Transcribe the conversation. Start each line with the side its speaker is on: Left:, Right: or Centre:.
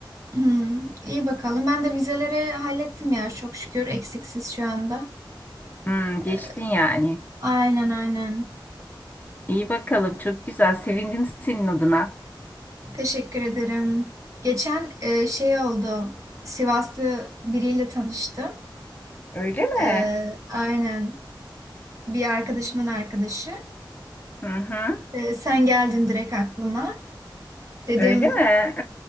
Right: Hı, iyi bakalım. Ben de vizeleri hallettim ya çok şükür eksiksiz şu anda.
Left: Hmm, geçtin
Right: Ee,
Left: yani.
Right: Aynen aynen.
Left: İyi bakalım. Çok güzel. Sevindim senin adına.
Right: Teşekkür ederim. Geçen e, şey oldu. Sivaslı biriyle tanıştım.
Left: Öyle mi?
Right: E, aynen bir arkadaşımın arkadaşı.
Left: Hı hı.
Right: E, sen geldin direkt aklıma. Dedim
Left: Öyle mi?